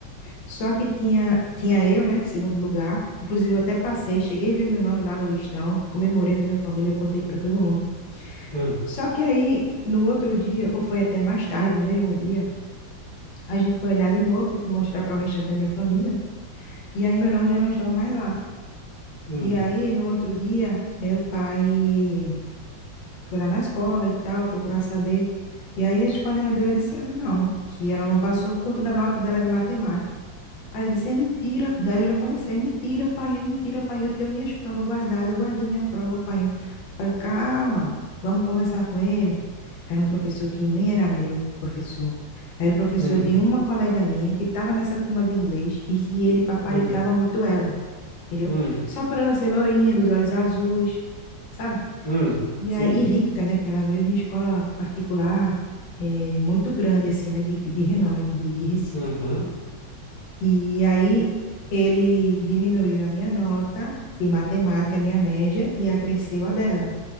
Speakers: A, on the left; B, on the left.
A: só que tinha, tinha eu, né, em segundo lugar. Inclusive, eu até passei, cheguei a ver meu nome lá no listão, comemorei com minha família, contei para todo mundo.
B: hum,
A: Só que aí, no outro dia, ou foi até mais tarde do mesmo dia, a gente foi olhar de novo, que eu fui mostrar para o restante da minha família, e aí meu nome já não estava mais lá.
B: hum,
A: E aí, no outro dia, meu pai foi lá na escola e tal, procurar saber. E aí as coordenadoras disseram não, que ela não passou por conta da nota dela de matemática. Aí eu disse, é mentira. Daí eu já comecei, é mentira, pai, é mentira, pai, eu tenho minhas provas guardadas, eu guardei minha prova, pai. Pai, calma, vamos conversar com ele. Era um professor que nem era meu professor. Era o professor
B: hum,
A: de uma colega minha que estava nessa turma de inglês e que ele paparicava
B: hum,
A: muito ela, entendeu?
B: hum,
A: Só por ela ser lourinha, dos olhos azuis, sabe?
B: hum.
A: E
B: Sim.
A: aí, rica, né? Que ela veio de uma escola particular, eh, muito grande, assim, né? De, de renome aqui de, de Recife.
B: Uhum.
A: E aí ele diminuiu a minha nota de matemática, a minha média, e acresceu a dela.